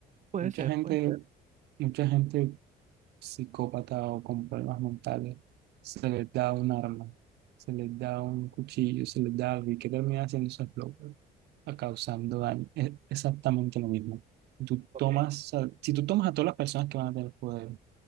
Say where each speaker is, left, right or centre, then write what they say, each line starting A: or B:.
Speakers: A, on the right; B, on the right.
A: Puede
B: mucha
A: ser,
B: gente,
A: puede ser.
B: mucha gente psicópata o con problemas mentales, se les da un arma, se les da un cuchillo, se les da algo y que termina haciendo esos locos a causando daño. Es exactamente lo mismo. Tú
A: Ok.
B: tomas, a- si tú tomas a todas las personas que van a tener poder,